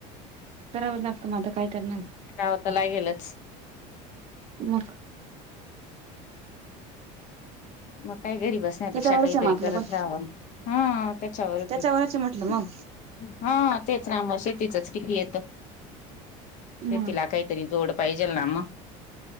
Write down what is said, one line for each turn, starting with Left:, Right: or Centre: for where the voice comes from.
Right: करावं लागतं म आता काय करणार?
Left: रावताला गेलच.
Right: मग
Left: मग काय घरी बस त्या
Right: त्याच्यावरच
Left: पेक्षा काय
Right: आहे
Left: तरी
Right: मग आपलं
Left: करत
Right: पण
Left: राहावं हा त्याच्यावरचये.
Right: त्याच्यावरच आहे म्हटलं मग
Left: हा तेच ना म शेतीचच किती येत
Right: मग
Left: शेतीला काय तरी जोड पाहिजेल ना म